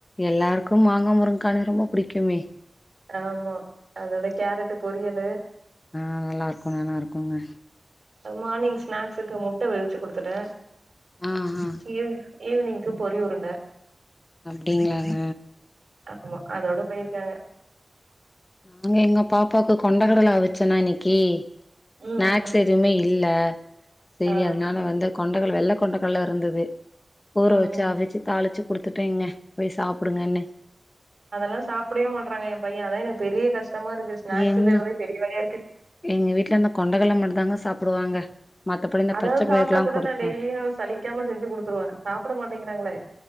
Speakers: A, on the left; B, on the right.
A: எல்லாருக்கும் மாங்கா முருங்க்கான ரொம்ப புடிக்குமே
B: ஆமா அதோட கேரட்டு பொரியலு
A: ஆ நல்லா இருக்கும் நல்லாருக்குங்க
B: அது மார்னிங் ஸ்நாக்ஸுக்கு முட்ட வெவ்ச்சி குடுத்துட்ட
A: ஆ ஆ
B: ஈவ் ஈவ்னிங்க்கு பொரி உருண்ட
A: அப்டிங்ளாங்க
B: ஆமா அதோட போயிருக்காங்க
A: அங்க எங்க பாப்பாவுக்கு கொண்ட கடல அவிச்சனா இன்னைக்கி
B: ம்
A: ஸ்நாக்ஸ்
B: ம்
A: எதுமே
B: ம்
A: இல்ல செரி
B: ஆ
A: அதனால வந்து கொண்டக்கடல வெள்ள கொண்டக்கடல இருந்தது ஊற
B: ம்
A: வச்சு
B: ம்
A: அவிச்சு தாளிச்சு குடுத்துட்டேங்க போய் சாப்டுங்கன்னு
B: அதெல்லா சாப்பிடவே மாட்றாங்க எ பையே அதா எனக்கு பெரிய கஷ்டமா இருக்கு ஸ்நாக்ஸ்
A: எங்க
B: தேடுறதே பெரிய வேலையா இருக்கு
A: எங்க வீட்ல அந்த கொண்டக்கடல மட்டு தாங்க சாப்டுவாங்க மத்தபடி இந்த
B: அதாவது
A: பச்ச
B: சாப்ட்டா
A: பயிர்லா
B: கூட
A: குடுத்தோ
B: நா டெய்லியு சலிக்காம செஞ்சு குடுத்துருவே. சாப்பிட மாட்டேங்கிறாங்களே